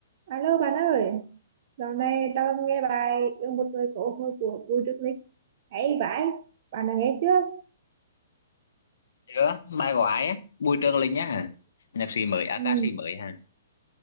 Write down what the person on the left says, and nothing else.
Chưa, bài của ai á? Bùi Trường Linh á hả? Nhạc sĩ mới, à,
ca sĩ mới hả?